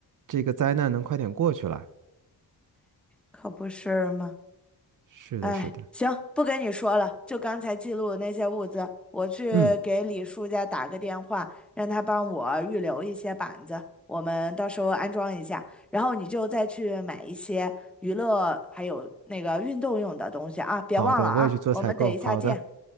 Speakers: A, on the right (about 50°); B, in the centre.
A: 这个灾难能快点过去了。
B: 可不是吗？
A: 是的，
B: 哎，
A: 是的，
B: 行，不跟你说了，就刚才记录的那些物资，我去给李叔家打个电话，
A: 嗯，
B: 让他帮我预留一些板子，我们到时候安装一下，然后你就再去买一些娱乐还有那个运动用的东西啊，别忘了啊，
A: 好的，我也去做采购。
B: 我们等一下见。
A: 好的，